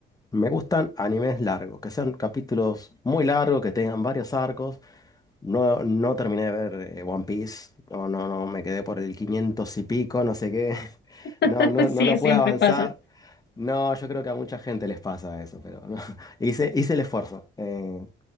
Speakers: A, on the left (about 20°); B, on the left (about 60°).
A: me gustan animes largos, que sean capítulos muy largos, que tengan varios arcos. No, no terminé de ver eh, One Piece. No, no, no, me quedé por el 500 y pico, no sé qué. <laughs>
B: <laughs>
A: No, no, no
B: Sí,
A: lo pude
B: siempre
A: avanzar.
B: pasa.
A: No, yo creo que a mucha gente les pasa eso, pero no. <laughs> Hice, hice el esfuerzo. eh,